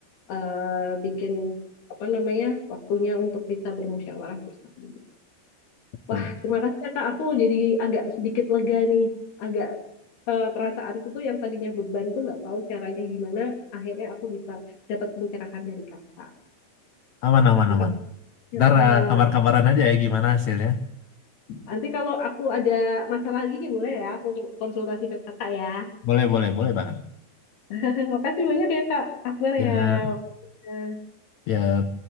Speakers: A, on the left; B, on the left.
A: eh, bikin apa namanya waktunya untuk bisa bermusyawarah bersama.
B: Betul.
A: Wah, terima kasih ya Kak. Aku jadi agak sedikit lega nih. Agak eh, perasaanku tuh yang tadinya beban tuh nggak tahu caranya gimana. Akhirnya aku bisa dapat pencerahan dari Kakak.
B: Aman aman
A: Makasih
B: aman.
A: ya
B: Ntar
A: Kak.
B: eh, kabar-kabaran aja ya gimana hasilnya.
A: Nanti kalau aku ada masalah lagi ya boleh ya, aku konsultasi ke kakak ya.
B: Boleh boleh boleh banget.
A: <laughs> Makasih banyak ya Kak Akbar
B: Ya
A: ya. waktunya.
B: ya